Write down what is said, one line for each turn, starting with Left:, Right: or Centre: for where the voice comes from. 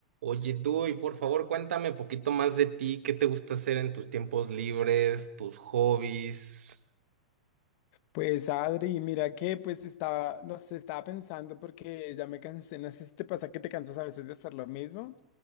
Right: Oye, tú, y por favor, cuéntame un poquito más de ti, qué te gusta hacer en tus tiempos libres, tus hobbies.
Left: Pues Adri, mira que pues estaba, no sé, estaba pensando porque ya me cansé, no sé si te pasa que te cansas a veces de hacer lo mismo